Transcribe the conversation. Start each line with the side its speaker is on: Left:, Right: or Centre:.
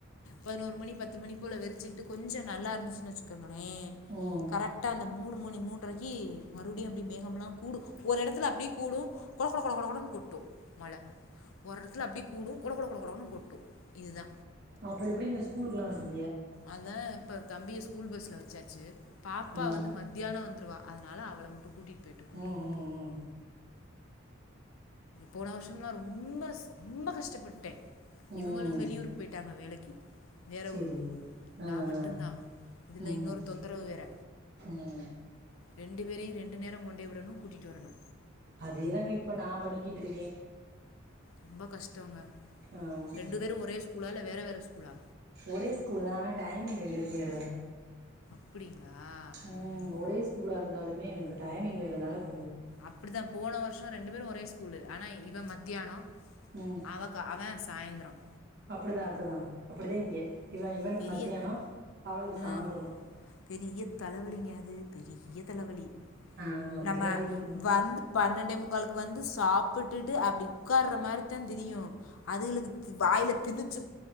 Left: பதினோரு மணி பத்து மணி போல வெறிச்சிக்கிட்டு கொஞ்ச நல்லா இருந்துச்சுன்னு வச்சுக்கோங்களே
Right: ம்
Left: கரெக்டா அந்த மூணு மணி மூன்றரைக்கு மறுபடியு அப்டி மேகமெலா கூடு ஒரு இடத்துல அப்டியே கூடு கொட கொட கொட கொடனு கொட்டு மழ ஒரு எடத்துல அப்டிய கூடு கொட கொட கொட கொட்டு இதுதா
Right: அப்பற எப்டி நீங்க ஸ்கூலுக்கலா அனுப்பறது
Left: அதா இப்ப தம்பி ஸ்கூல் பஸ்ல வச்சாச்சு பாப்பா
Right: ஆ
Left: வந்து மத்தியான வந்து ருவா அதனால அவள மட்டு கூட்டிட்டு போய்ட்டு கூட்டு
Right: ம்
Left: வந்துட்ட
Right: ம் ம்
Left: போன வருஷம்லா ரொம்ப ரொம்ப கஷ்டப்பட்டே
Right: ம்
Left: இவங்களு வெளியூருக் போயிட்டாங்க வேலக்கு வேற
Right: சேரி
Left: ஊருக்கு
Right: ஆ
Left: நா மட்டுந்தா
Right: ஆ
Left: இதுல
Right: ம்
Left: இன்னொரு தொந்தரவு வேற
Right: ம்
Left: ரெண்டு பேரையு ரெண்டு நேரம் கொண்டே விடனு கூட்டிட்டு வரனு
Right: அதேதாங்க இப்ப நா பண்ணிக்கிட்டு இருக்கே
Left: ரொம்ப கஷ்டோங்க
Right: ஆமா
Left: ரெண்டு பேரு ஒரே ஸ்கூலா இல்ல வேற வேற ஸ்கூலா
Right: ஒரே ஸ்கூல்தா டைமிங் ரெண்டு பேருக்கு வேற வேற
Left: <unintelligible>
Right: ம்
Left: ம்
Right: ஒரே ஸ்கூலா இருந்தாலுமே எனக்கு டைமிங் வேற நடக்
Left: அப்டிதா போன வருஷ ரெண்டு பேரு ஒரே ஸ்கூலு ஆனால் இவ மத்தியான
Right: ம்
Left: அவக்கா அவ சாய்ந்த்ரம்
Right: அப்டிதா அப்டிதா அப்டிதா இங்க இவ இவனுக்கு
Left: பெரிய
Right: மத்தியானோ அவளுக்கு
Left: ம்
Right: சாந்தரோ
Left: பெரிய தலைவலிங்க அது பெரிய தலைவலி
Right: ஆமா அப்படிதாங்க
Left: நம்ம
Right: இருக்கு
Left: வந்து பன்னெண்ட முக்களுக்கு வந்து சாப்பிட்டுட்டு அப்படி உடக்கார்ற மாதிரி தான் தெரியும் அதுக வாயில திணச்சி